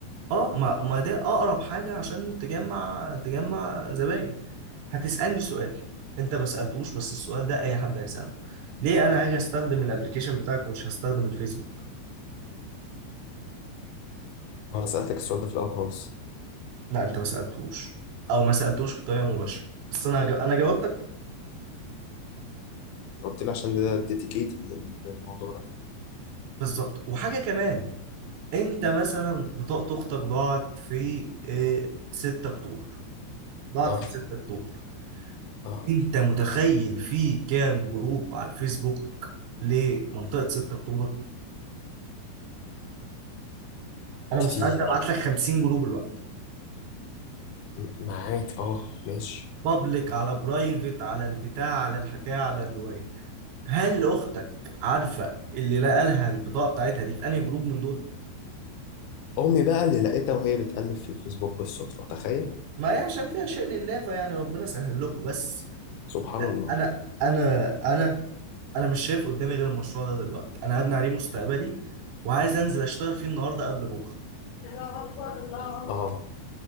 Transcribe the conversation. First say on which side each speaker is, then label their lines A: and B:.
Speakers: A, on the right (about 75°); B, on the left (about 80°).
A: اه ما... ما ده اقرب حاجه عشان تجمع تجمع زباين هتسالني سؤال انت ما سالتوش بس السؤال ده اي حد هيساله ليه انا هاجي استخدم الابلكيشن بتاعك ومش هستخدم الفيسبوك
B: ما انا سالتك السؤال ده في الاول خالص
A: لا انت ما سالتوش او ما سالتوش بطريقه مباشره بس انا هج... انا جاوبتك
B: أنت قلت لي عشان ده ديديكيتد للموضوع ده
A: بالظبط وحاجه كمان انت مثلا بطاقه اختك ضاعت في إيه، 6 اكتوبر ضاعت
B: اه
A: في 6 اكتوبر
B: اه
A: انت متخيل في كام جروب على الفيسبوك لمنطقة 6 اكتوبر انا
B: كتير
A: مستعد ابعت لك 50 جروب الوقت
B: م- معاك اه ماشي
A: بابليك على برايفت على البتاع على الحكاية على الرواية هل اختك عارفة اللي لقالها البطاقة بتاعتها دي في انهي جروب من دول
B: امي بقى اللي لقيتها وهي بتقلب في الفيسبوك بالصدفه تخيل
A: ما هي عشان فيها شيء لله فيعني ربنا سهل لكم بس
B: سبحان الله
A: انا انا انا انا مش شايف قدامي غير المشروع ده دلوقتي انا هبني عليه مستقبلي وعايز انزل اشتغل فيه النهارده قبل بكره
B: الله أكبر الله أكبر. اه